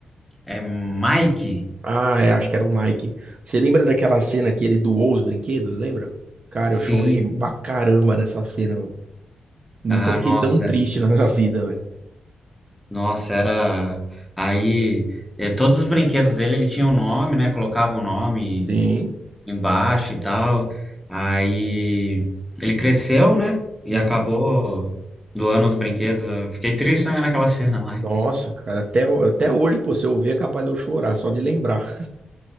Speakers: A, in the centre; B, on the right.
A: é Mike?
B: Ah, é, acho que era o Mike. Você lembra daquela cena que ele doou os brinquedos, lembra? Cara,
A: Sim.
B: eu chorei pra caramba nessa cena, mano. Nunca
A: Ah,
B: fiquei
A: nossa.
B: tão triste na minha <laughs> vida, velho.
A: Nossa, era. Aí, é, todos os brinquedos dele, ele tinha um nome, né? Colocava o um nome
B: Sim.
A: embaixo e tal. Aí, ele cresceu, né? E
B: Uhum.
A: acabou doando os brinquedos. Eu Fiquei triste também naquela cena lá.
B: Nossa, cara, até, ho- até hoje, pô, se eu ver é capaz de eu chorar, só de lembrar.